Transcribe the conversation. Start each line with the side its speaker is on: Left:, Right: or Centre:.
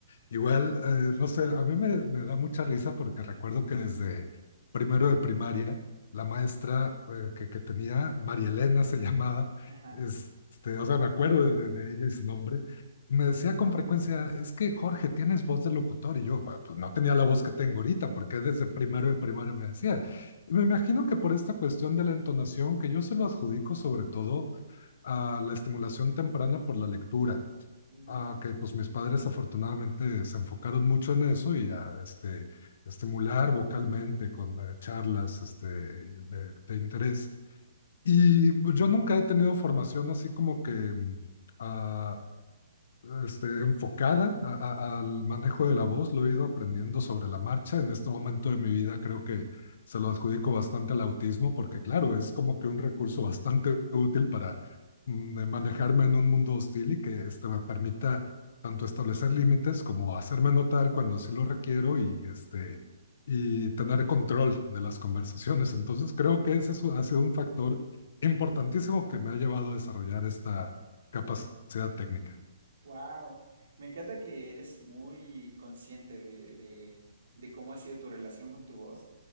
Left: Igual, eh, no sé, a mí me, me da mucha risa porque recuerdo que desde primero de primaria, la maestra eh, que, que tenía, María Elena se llamaba,
Right: Ajá.
Left: este, o sea, me acuerdo de, de ella y su nombre, me decía con frecuencia, es que Jorge, tienes voz de locutor y yo, "Bueno, pues no tenía la voz que tengo ahorita, porque desde primero de primaria me decía, me imagino que por esta cuestión de la entonación, que yo se lo adjudico sobre todo a la estimulación temprana por la lectura,
Right: Mm.
Left: a que pues mis padres afortunadamente se enfocaron mucho en eso y a este, estimular vocalmente con eh, charlas este, de, de interés. Y pues, yo nunca he tenido formación así como que mm, ah, este, enfocada a- a- al manejo de la voz, lo he ido aprendiendo sobre la marcha. En este momento de mi vida creo que se lo adjudico bastante al autismo porque, claro, es como que un recurso bastante útil para mm, eh, manejarme en un mundo hostil y que este, me permita tanto establecer límites como hacerme notar cuando sí lo requiero y, este, y tener control de las conversaciones. Entonces creo que ese es un- ha sido un factor importantísimo que me ha llevado a desarrollar esta capacidad técnica.
Right: Wow, me encanta que eres muy consciente de, de- de cómo ha sido tu relación con tu voz